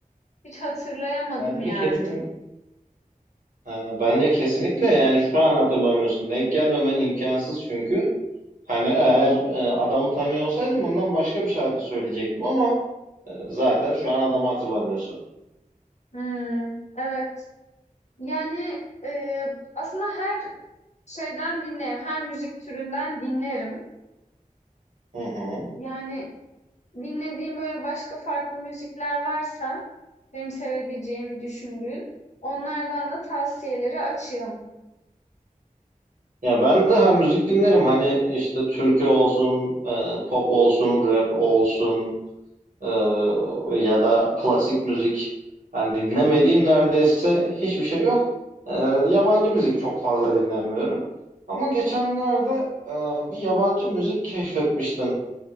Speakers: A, on the left; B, on the right.
A: Hiç hatırlayamadım
B: Bence
A: yani.
B: kesin Ha, bence kesinlikle yani şu an hatırlamıyorsun. Denk gelmemen imkansız çünkü. Hani eğer e, adamı tanıyor olsaydın ondan başka bir şarkı söyleyecektim ama e, zaten şu an adamı hatırlamıyorsun.
A: Hmm, evet. Yani e, aslında her şeyden dinlerim. Her müzik türünden dinlerim.
B: Hı hı.
A: Yani dinlediğim böyle başka farklı müzikler varsa benim sevebileceğimi düşündüğün onlardan da tavsiyeleri açığım.
B: Ya ben de her müzik dinlerim. Hani işte türkü olsun, e, pop olsun, rap olsun. Ee, ya da klasik müzik. Ben dinlemediğim neredeyse hiçbir şey yok. Ee, yabancı müzik çok fazla dinlemiyorum. Ama geçenlerde e, bir yabancı müzik keşfetmiştim.